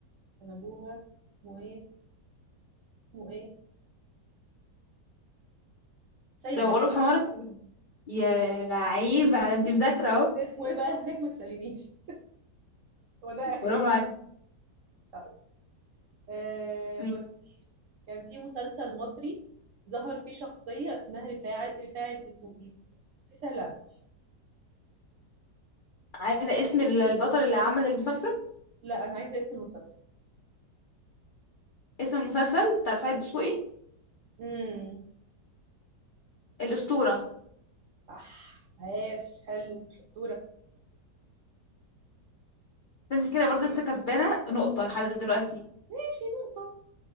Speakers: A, on the right; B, on the left.
A: كان أبوها اسمه إيه؟ اسمه إيه؟ سيد
B: لو
A: رجب
B: غلب حمارك يا لعيب على انت مذاكره اهو
A: اسمه إيه بقى هناك ما تسألينيش هو ده آخر
B: برافو عليك
A: طيب آه
B: مين؟
A: بصي كان في مسلسل مصري ظهر فيه شخصية اسمها رفاعي رفاعي الدسوقي في سهل أوي.
B: عايزه اسم ال- البطل اللي عمل المسلسل
A: لا انا عايزه اسم المسلسل
B: اسم المسلسل بتاع رفاعي الدسوقي
A: امم
B: الاسطوره
A: صح عاش حلو شطوره
B: انت كده برضه
A: <laughs> ماشي
B: لسه كسبانه نقطه لحد دلوقتي
A: ماشي نقطه